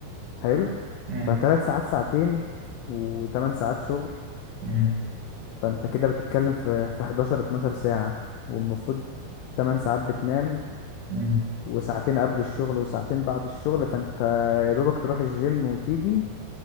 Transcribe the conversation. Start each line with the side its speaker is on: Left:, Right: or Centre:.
Left: حلو
Right: امم
Left: فتلات ساعات ساعتين وتمن ساعات شغل
Right: امم
Left: فانت كده بتتكلم في في 11 12 ساعة والمفروض 8 ساعات بتنام
Right: امم
Left: وساعتين قبل الشغل وساعتين بعد الشغل فانت يا دوبك تروح الجيم وتيجي